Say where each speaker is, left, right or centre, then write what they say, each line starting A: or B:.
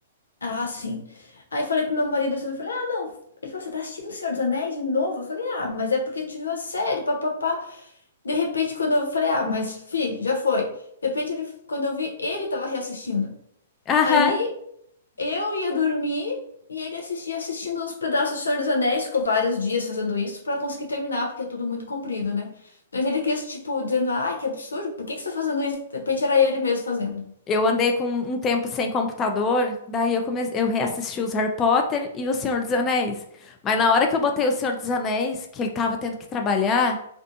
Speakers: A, on the left; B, on the left.
A: Ah, sim. Aí falei pro meu marido assim, eu falei, ah, não. Ele falou, você tá assistindo O Senhor dos Anéis de novo? Eu falei, ah, mas é porque a gente viu a série, papapá. De repente, quando eu falei, ah, mas fi, já foi. De repente, ele, quando eu vi, ele tava reassistindo.
B: Aham,
A: Aí eu ia dormir e ele assistia assistindo uns pedaços do Senhor dos Anéis, ficou vários dias fazendo isso pra conseguir terminar, porque é tudo muito comprido, né? Mas ele quis, tipo, dizendo, ai, que absurdo, por que que você tá fazendo isso? De repente era ele mesmo fazendo.
B: Eu andei com um tempo sem computador, daí eu comecei, eu reassisti os Harry Potter e o Senhor dos Anéis. Mas na hora que eu botei o Senhor dos Anéis, que ele tava tendo que trabalhar,